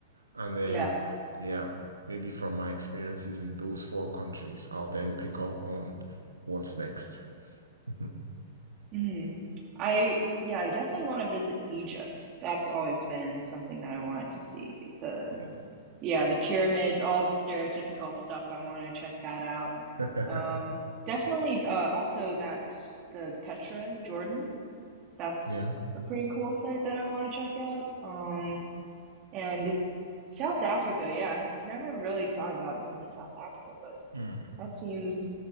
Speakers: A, on the right; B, on the right.
A: And then,
B: Yeah.
A: yeah, maybe from my experiences in those four countries, I'll then pick up on what's next. <laughs>
B: Mm. I yeah, I definitely want to visit Egypt. That's always been something that I wanted to see. The
A: Yeah.
B: yeah, the pyramids, all the stereotypical stuff. I want to check that out.
A: <laughs>
B: Um, definitely uh, also that's the Petra, Jordan. That's
A: Yeah.
B: a pretty cool site that I want to check out. Um, and South Africa, yeah, I've never really thought about going to South Africa, but
A: Mm.
B: that seems